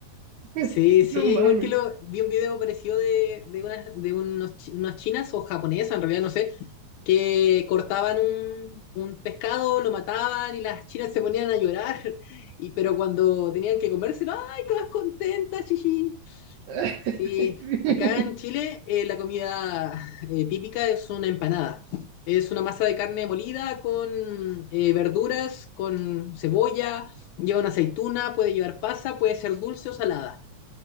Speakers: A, on the right; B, on the left.
A: <laughs>
B: Sí, sí,
A: No mames.
B: igual que lo vi un video parecido de, de, unas, de unos, chi- unas chinas o japonesas, en realidad no sé, que cortaban un, un pescado, lo mataban y las chinas se ponían a llorar, <laughs> y, pero cuando tenían que comérselo, ¡ay, todas contentas, chichi!
A: <laughs>
B: Sí, acá en Chile
A: Sí.
B: eh, la comida eh, típica es una empanada. Es una masa de carne molida con eh, verduras, con cebolla, lleva una aceituna, puede llevar pasa, puede ser dulce o salada.